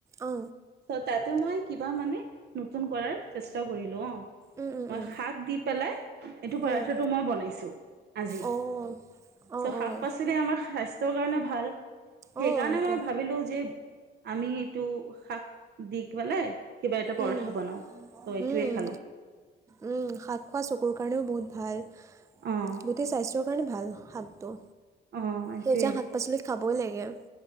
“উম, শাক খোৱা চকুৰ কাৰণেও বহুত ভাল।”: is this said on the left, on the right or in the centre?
Right